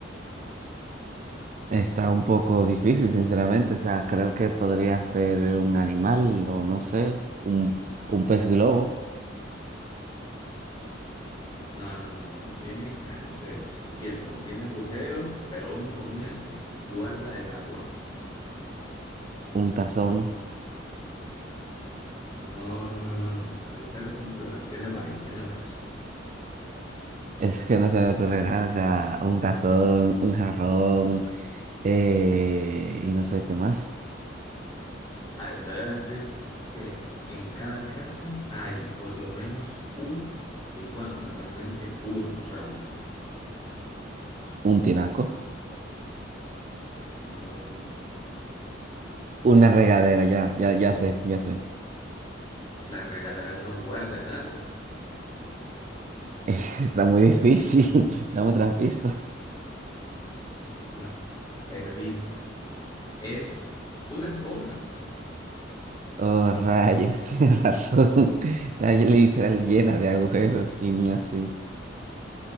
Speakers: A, on the right (about 40°); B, on the left (about 20°).
A: está un poco difícil, sinceramente. O sea, creo que podría ser un animal, o no sé, un, un pez globo,
B: No, no, no, no, no. Tiene agujeros. Piénsalo, tiene agujeros, pero aún con eso guarda el agua.
A: un tazón.
B: No, no, no, no, no. Agujeros en plural. Tiene varios, tiene varios.
A: Es que no se me ocurre nada. O sea, un tazón, un jarrón, eh, y no sé qué más.
B: A ver, te voy a decir que en cada casa hay por lo menos uno, y bueno, normalmente uno solamente.
A: Un tinaco,
B: No, no, no, no, no.
A: una regadera, ya, ya, ya sé, ya sé.
B: La regadera no guarda el agua.
A: <laughs> Está muy difícil. <laughs> Dame otra pista.
B: No, perdiste. S- Es una esponja.
A: Oh, rayos, <laughs> tienes razón. Está literal llena de agujeros y ni así.